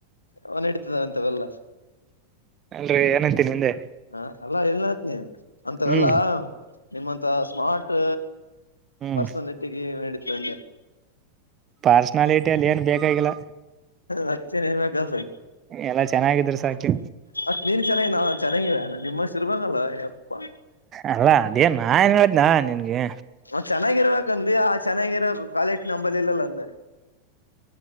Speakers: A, on the left (about 80°); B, on the right (about 30°).
A: ಅವು ನೆಡಿತದಂತವೆಲ್ಲ
B: ಅಲ್ರರಿ ಏನಂತೀನಿ ಹಿಂದೆ
A: ಹ ಅಲ್ಲಾ ಎಲ್ಲತ್ನಿ ಅಂತವೆಲ್ಲಾ
B: ಹ್ಮ್
A: ನಿಮ್ಮಂತ ಸ್ಮಾರ್ಟ್
B: ಹ್ಮ್
A: ಪರ್ಸನಲಿಟಿಗೆ ನೆಡಿವೆ ಅಂಗೆ
B: ಪಾರ್ಸನಾಲಿಟಿ ಅಲ್ಲಿ ಏನ್ ಬೇಕಾಗಿಲ್ಲ
A: ಮತ್ತೇನ್ ಹೇಳ್ಬೇಕ
B: ಎಲ್ಲಾ ಚೆನ್ನಾಗಿದ್ರು ಸಾಕಿ
A: ಮತ್ ನೀನ್ ಚೆನ್ನಾಗಿದಿ ನಾ ಚೆನ್ನಾಗಿದೀನಿ ನಿಮ್ಮಷ್ಟು ಇರ್ಬೇಕಲ್ಲ ಎಪ್ಪಾ.
B: ಅಲ್ಲಾ ಅದೇ ನಾ ಹೇಳಿದೀನಿ ನಿನ್ಗೆ.
A: ನಾವ್ ಚೆನ್ನಾಗಿರಬೇಕಂದಿ ಹಾ ಚೆನ್ನಾಗಿ ಇರಾರ್ ಕ್ವಾಲಿಟಿ ನಂಬದಿಲ್ಲಲ್ಲಾ ಅಂದೆ.